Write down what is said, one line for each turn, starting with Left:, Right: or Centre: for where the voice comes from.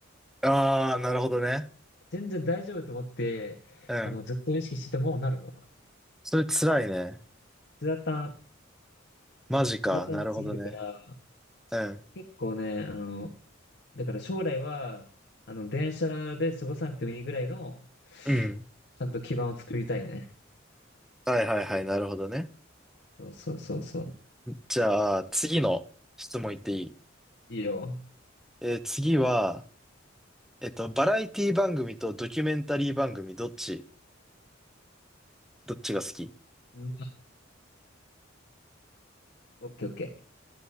Centre: ああ、なるほどね。
Left: 全然大丈夫と思って、
Centre: うん。
Left: あの、ずっと意識しててもなるの。
Centre: それ辛いね。
Left: つらたん、
Centre: マジか。
Left: つらたんすぎるから、
Centre: なるほどね。うん。
Left: 結構ね、あの、だから将来は、あの、電車で過ごさなくてもいいぐらいの、
Centre: うん。
Left: ちゃんと基盤を作りたいね。
Centre: はいはいはい。なるほどね。
Left: そうそうそうそう。
Centre: じゃあ、次の質問いっていい
Left: いいよ。
Centre: えー次は、えっと、バラエティ番組とドキュメンタリー番組、どっち、どっちが好き
Left: うん、オッケーオッケー。